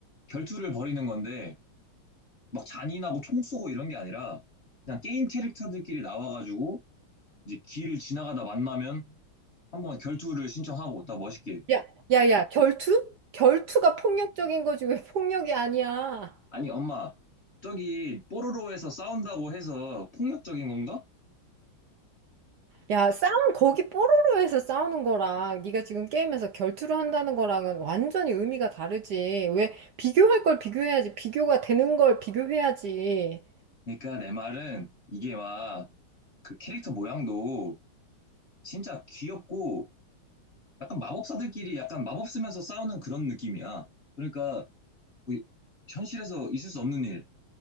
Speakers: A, on the left; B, on the right.
A: 결투를 벌이는 건데 막 잔인하고 총 쏘고 이런 게 아니라 그냥 게임 캐릭터들끼리 나와가지고 이제 길을 지나가다 만나면 한번 결투를 신청하고 딱 멋있게.
B: 야, 야, 야, 결투? 결투가 폭력적인 거지. 왜 폭력이 아니야?
A: 아니, 엄마, 저기 뽀로로에서 싸운다고 해서 폭력적인 건가?
B: 야, 싸움 거기 뽀로로에서 싸우는 거랑 네가 지금 게임에서 결투를 한다는 거랑은 완전히 의미가 다르지. 왜 비교할 걸 비교해야지. 비교가 되는 걸 비교해야지.
A: 그러니까 내 말은 이게 막 그 캐릭터 모양도 진짜 귀엽고 약간 마법사들끼리 약간 마법 쓰면서 싸우는 그런 느낌이야. 그러니까 뭐 현실에서 있을 수 없는 일.